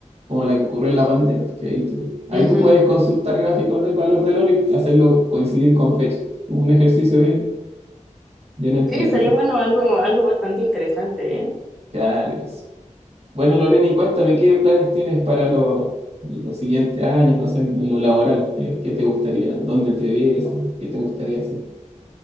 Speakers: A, on the right; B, in the centre.
A: como la que ocurrió en la pandemia, que ahí tú, ahí
B: ujú.
A: tú puedes consultar gráficos del valor del oro y hacerlo coincidir con fecha. Un ejercicio bien, bien entretenido.
B: Sí, estaría bueno algo, algo bastante interesante, ¿eh?
A: Claro que sí. Bueno, Lorena, y cuéntame, ¿qué planes tienes para los, los siguientes años, no sé, en, en lo laboral? ¿Qué, qué te gustaría? ¿Dónde te ves? ¿Qué te gustaría hacer?